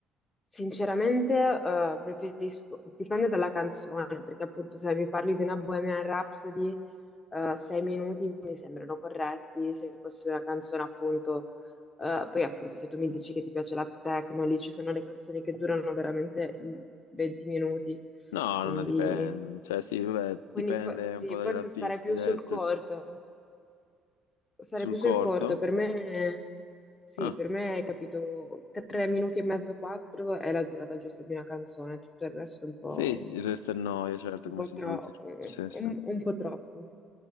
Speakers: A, on the left; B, on the left.
A: sinceramente, eh, preferisco, dipende dalla canzone, perché appunto se mi parli di una Bohemian Rhapsody, eh, sei minuti mi sembrano corretti, se fosse una canzone appunto, eh, poi appunto se tu mi dici che ti piace la techno, lì ci sono le canzoni che durano veramente i 20 minuti,
B: No,
A: quindi,
B: non dipende. Cioè, sì, vabbè,
A: quindi
B: dipende
A: fo- sì,
B: un po' dagli
A: forse
B: artisti.
A: stare più
B: dai,
A: sul
B: t-
A: corto.
B: t-
A: Sarei
B: Sul
A: più
B: corto?
A: sul corto, per me sì,
B: Ah,
A: per me capito, tre minuti e mezzo, quattro è la durata giusta di una canzone, tutto il resto è un po',
B: sì, resta il noia, certo,
A: un
B: come
A: po',
B: si
A: tro-
B: suol dire. Sì, sì.
A: un, un po' troppo.